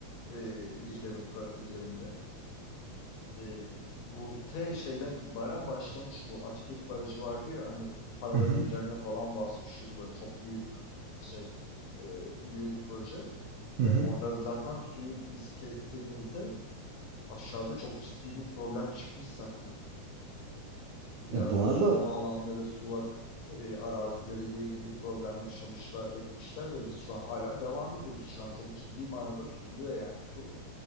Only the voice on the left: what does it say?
e, Dicle ve Fırat üzerinde. E, bu T şeyden itibaren başlamış bu. Atatürk Barajı vardı ya hani paraların
üzerine falan basmışız böyle çok büyük şey e, büyük proje.
Yani
orada zaten suyu biz kestiğimizde aşağıda çok ciddi bir problem çıkmış zaten.
diğer
sulama
alanları, sulak e, arazileriyle ilgili problem yaşamışlar, etmişler ve biz şu an hala devam ediyoruz. Şu an çok ciddi manada tutuluyor yani su